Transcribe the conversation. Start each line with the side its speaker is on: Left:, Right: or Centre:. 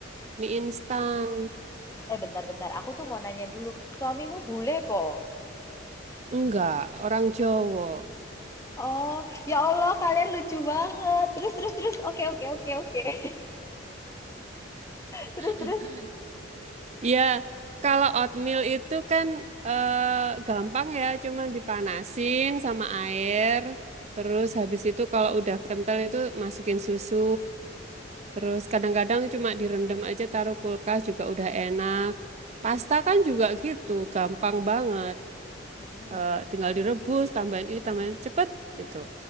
Right: mie instan.
Left: Eh, bentar, bentar. Aku tuh mau nanya dulu. Suamimu bule, po?
Right: Enggak, orang Jawa.
Left: Oh, ya Allah, kalian lucu banget. Terus, terus, terus. Oke, oke, oke, oke. <laughs> Terus,
Right: <laughs>
Left: terus.
Right: Iya, kalau oatmeal itu kan eh, gampang ya, cuma dipanasin sama air. Terus habis itu kalau udah kental itu masukin susu. Terus kadang-kadang cuma direndam aja taruh kulkas juga udah enak. Pasta kan juga gitu, gampang banget
Left: Mm-mm,
Right: eh, tinggal direbus, tambahin ini, tambahin cepet gitu.